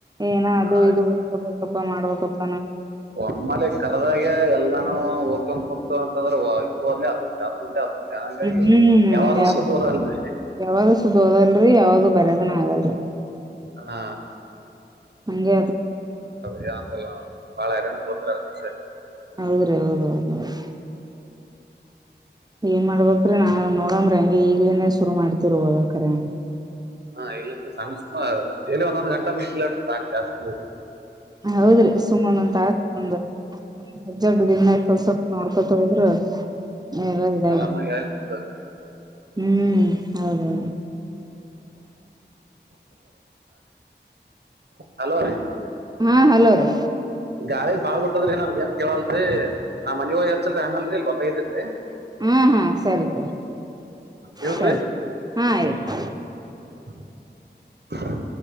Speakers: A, on the right (about 20°); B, on the right (about 65°).
A: ಏನ ಅದು
B: ಹಾ
A: ಇದು ಡ್ಕೋಬೇಕಪ್ಪ ಮಾಡ್ಬೇಕಪ್ಪ
B: ಒಮ್ಮಾಲ ಕರ್ದಾಗ ಎಲ್ಲಾನು ಉಕ್ ಕೊಡ್ತ ಅಂತಂದ್ರ ಇದು ಅಲ್ಲೇ ಅದು ಯೇ ಅದು ಓದ್ಲೆ ಹಂಗಾಗಿ
A: ಹ್ಮ್ಮ್
B: ಯಾವ್ದು
A: ಯಾವ
B: ಸುದ್ದ ಓದಲ್ರಿ
A: ಯಾವ ಸುದ ಹೋದಲ್ರರಿ ಯಾವ ಬರದನ ಆಗಲ್ರಿ
B: ಹಾ
A: ಹಂಗ
B: ಬಾಂತಲ್ಲ ಬಾಳ ಇರ ಕೊತರಷ
A: ಹೌದ್ರ ಹೌದು ಅೌದುೌದು ಏನ್ ಮಾಡ್ಬೇಕ್ರೀ ನಾ ನೋಡಂಗ್ರಿ ಹಂಗಿ ಈಗ್ಲನ ಶುರು ಮಾಡ್ತಿವ ಹೋದ ಕರಂಗ
B: ಹಾ ಇಲ್ಲ ಸರ್ ಸಣ್ಣ ಸುಮ ಎಲ್ಲಿ ಒಂದೊಂದ್ ಗಂಟ ಮಿಸ್ಲರ್ ಜಾಸ್ತಿ
A: ಹೌದ್ರಿ ಸುಮನ್ ಒ ತ ಸುಂದು ಹ ಜಡ್ ದಿನ ಸ್ವಲ್ ಸ್ವಲ್ಪ ನೋಡ್ಕೊತ ಹೋದ್ರ ಎಲ್ಲ ಇದ
B: ಆರಾಮಾಗಿ ಆಯ್ತು
A: ಹ್ಮ್ ಹೌದೌ
B: ಹಲೋ ರೀ
A: ಹಾ ಹಲೋ ರೀ
B: ಗಾಳ ಬಾಬಿಟ್ಟದ್ರಿ ನಮ್ ಏನ್ ಕೇಳಲ್ರಿ ಆ ಮನ ಹ ಹತ್ತ್ರರಿ ಆಮೇಲ್ರಿ ಇ ಒಂದ ಇದ್ರರಿ
A: ಹಾ ಹಾ ಸರಿಪ
B: ಇಲ್ರಿ
A: ಸರಿ ಹಾ ಆಯ್ತು
B: ಹ